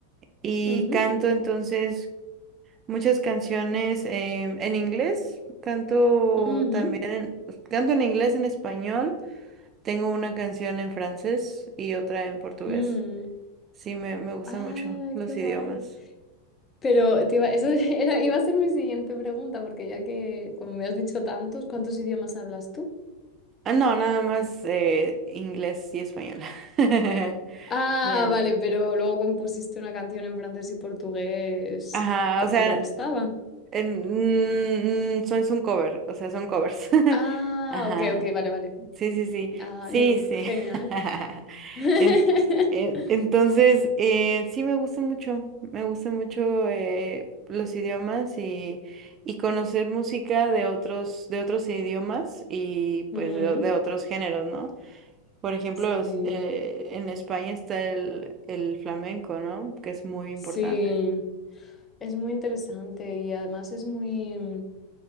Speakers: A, on the right; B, on the left.
A: Y
B: Ujú,
A: canto entonces muchas canciones em, en inglés, canto
B: ujú,
A: también, en- canto en inglés, en español, tengo una canción en francés y otra en portugués.
B: mm.
A: Sí, me, me gustan
B: Ah,
A: mucho los
B: qué guay.
A: idiomas.
B: Pero te iba, eso <laughs> era, iba a ser mi siguiente pregunta, porque ya que, como me has dicho tantos, ¿cuántos idiomas hablas tú?
A: Ah, no, nada más eh, inglés y español. <laughs>
B: Ah,
A: Bien.
B: vale, pero luego compusiste una canción en francés y portugués
A: Ajá,
B: porque
A: o sea,
B: te gustaba.
A: en, mm, mm, so- es un cover, o sea, son covers. <laughs>
B: Ah,
A: Ajá,
B: ok, ok, vale, vale.
A: sí, sí, sí,
B: Ah,
A: sí,
B: no,
A: sí.
B: genial.
A: <laughs>
B: <laughs>
A: En- en- entonces, eh, sí me gusta mucho, me gusta mucho eh, los idiomas y, y conocer música de otros, de otros idiomas y
B: Mm,
A: pues de, de otros géneros, ¿no? Por ejemplo,
B: sí,
A: es- eh, en España está el, el flamenco, ¿no? Que es muy importante.
B: sí. Es muy interesante y además es muy,